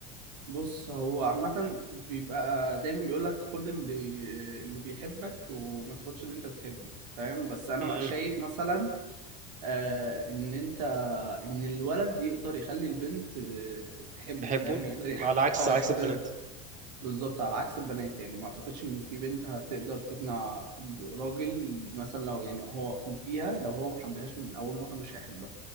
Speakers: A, on the right (about 90°); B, on the right (about 40°).
A: بص هو عامة بيبقى دايما بيقول لك خد اللي اللي بيحبك وما تاخدش اللي انت بتحبه فاهم بس انا
B: امم
A: بقى شايف مثلا آه ان انت ان الولد يقدر يخلي البنت آه، تحبه
B: تحبه
A: فاهم يقدر يح...
B: على عكس
A: اه
B: عكس
A: يحببها
B: البنات
A: بالظبط على عكس البنات يعني ما اعتقدش ان في بنت هتقدر تقنع راجل مثلا لو يعني هو بيها لو هو ما حبهاش من اول مره مش هيحبها